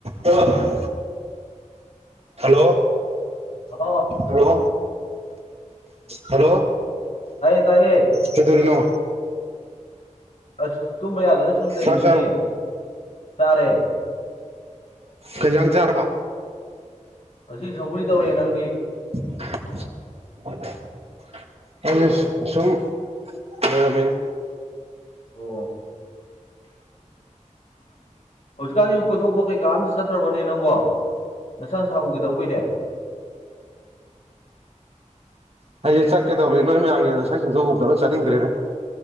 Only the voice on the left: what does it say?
ꯑꯣ
ꯇꯥꯏꯌꯦ ꯇꯥꯏꯌꯦ
ꯑꯁ ꯇꯨꯝꯕ ꯌꯥꯗꯅ ꯁꯨꯝ ꯂꯩꯔꯤꯅꯤꯅꯦ
ꯆꯥꯔꯦ
ꯑꯁꯤ ꯁꯒꯔꯤ ꯇꯧꯔꯤꯦ ꯅꯪꯒꯤ
ꯑꯣ ꯍꯧꯖꯤꯛꯀꯥꯟꯗꯤꯕꯨ ꯀꯣꯏꯊꯣꯛꯄ ꯀꯩꯀꯥꯝꯇ ꯆꯠꯇ꯭ꯔꯕꯅꯦ ꯅꯪꯕꯣ ꯅꯁꯥ ꯅꯁꯥ ꯎꯈꯤꯗꯧ ꯀꯨꯗꯦ